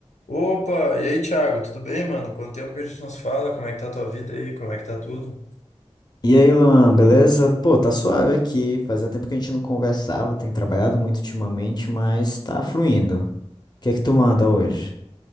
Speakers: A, on the left; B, on the left.
A: Opa, e aí, Thiago, tudo bem, mano? Quanto tempo que a gente nos fala? Como é que tá a tua vida aí? Como é que tá tudo?
B: E aí, Luan, beleza? Pô, tá suave aqui. Fazia tempo que a gente não conversava, tenho trabalhado muito ultimamente, mas tá fluindo. O que é que tu manda hoje?